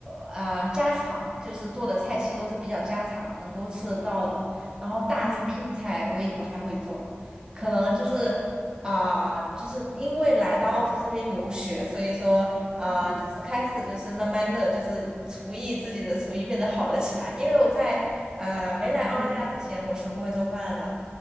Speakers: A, on the right (about 20°); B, on the left (about 50°).
A: 啊、呃家常，就是做的菜系都是比较家常，能够吃得到的。然后大菜硬菜我也不太会做，
B: 嗯。
A: 可能就是啊、就是因为来到澳洲这边留学，所以说啊、
B: 嗯
A: 呃就是开始就是慢慢的就是厨艺自己的厨艺变得好了起来。因为我在呃没来澳大利亚之前，
B: 嗯，
A: 我是不会做饭的，